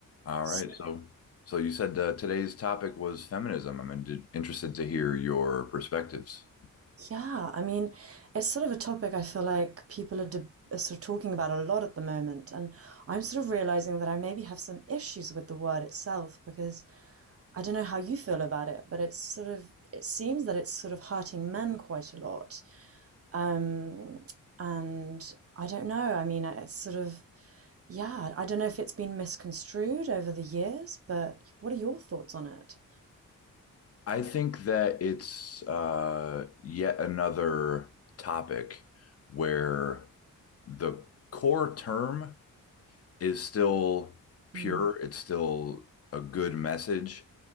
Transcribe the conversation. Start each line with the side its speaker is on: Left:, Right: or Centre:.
Left: All
Right: So,
Left: right. So, so you said uh, today's topic was feminism. I'm in- interested to hear your perspectives.
Right: yeah, I mean, it's sort of a topic I feel like people are, de are sort of talking about a lot at the moment, and I'm sort of realizing that I maybe have some issues with the word itself because I don't know how you feel about it, but it's sort of it seems that it's sort of hurting men quite a lot. Um, and I don't know. I mean, I- it's sort of yeah, I don't know if it's been misconstrued over the years, but what are your thoughts on it?
Left: I think that it's uh, yet another topic where the core term is still pure.
Right: Hmm.
Left: It's still a good message,